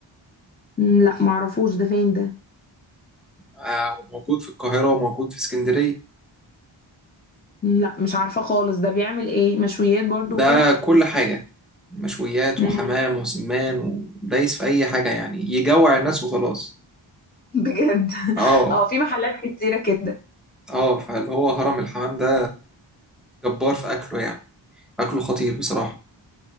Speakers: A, on the left; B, in the centre.
A: مم، لا معرفوش ده فين ده
B: آه، وموجود في القاهرة وموجود في اسكندرية
A: مم، لا مش عارفه خالص ده بيعمل ايه مشويات برضو
B: ده كل حاجة مشويات
A: وكده
B: وحمام وسمان ودايس في أي حاجة يعني يجوع الناس وخلاص
A: بجد <laughs>
B: اه
A: اه في محلات كتيرة كده
B: اه فاللي هو هرم الحمام ده جبار في أكله يعني أكله خطير بصراحة